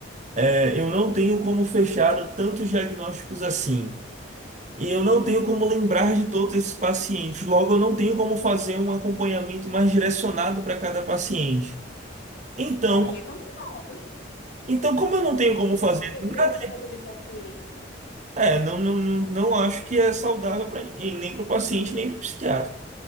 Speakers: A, on the right; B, on the left.
A: É, eu não tenho como fechar tantos diagnósticos assim. E eu não tenho como lembrar de todos esses pacientes. Logo, eu não tenho como fazer um acompanhamento mais direcionado para cada paciente. Então,
B: Aí é complicado.
A: então, como eu não tenho como fazer
B: Eu não entendo
A: nada,
B: esse tipo de paciente.
A: é, não, não, não, não acho que é saudável para ninguém, nem para o paciente, nem para o psiquiatra.